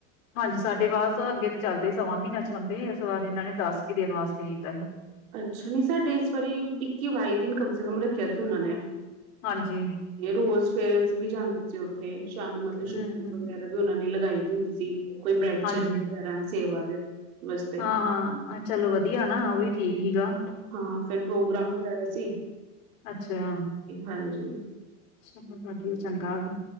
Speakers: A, on the left; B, on the right.
A: ਹਾਂਜੀ ਸਾਡੇ ਬਸ, ਅੱਗੇ ਤੇ ਚੱਲਦੇ ਸੱਵਾ ਮਹੀਨਾ ਚਲਾਂਉਂਦੇ ਇਸ ਵਾਰ ਇਹਨਾਂ ਨੇ ਦਸ ਕ ਦਿਨ ਵਾਸਤੇ ਕੀਤਾ ਸੀ।
B: ਅੱਛਾ, ਨਹੀਂ ਸਾਡੇ ਇਸ ਵਾਰੀ ਇੱਕੀ, ਬਾਈ ਦਿਨ ਕਮ ਸੇ ਕਮ ਰੱਖਿਆ ਸੀ ਉਹਨਾਂ ਨੇ।
A: ਹਾਂਜੀ
B: ਤੇ ਰੋਜ਼ ਫੇਰ ਅਸੀ ਵੀ ਜਾਂਦੇ ਸੀ ਉੱਥੇ, ਸ਼ਾਮੀ ਮਤਲਬ
A: ਹੂੰ
B: ਸ਼ੁ ਵਗੈਰਾ ਵੀ ਉਹਨਾਂ ਨੇ ਲਗਾਈਦੀ ਹੁੰਦੀ ਸੀ, ਕੋਈ ਬੇਡ
A: ਹਾਂਜੀ
B: ਚੇਨ ਵਗੈਰਾ ਐਂਵੇ ਸੇਵਾ ਦੇ। ਵਾਸਤੇ
A: ਹਾਂ-ਹਾਂ ਚਲੋ ਵਧੀਆ ਨਾ, ਉਹ ਵੀ ਠੀਕ ਹੀਗਾ।
B: ਹਾਂ‌ ਫੇਰ ਪ੍ਰੋਗਰਾਮ ਵਗੈਰਾ ਸੀ,
A: ਅੱਛਾ
B: ਹਾਂਜੀ
A: ਚਲੋ ਵਧੀਆ ਚੰਗਾ ਗੇ।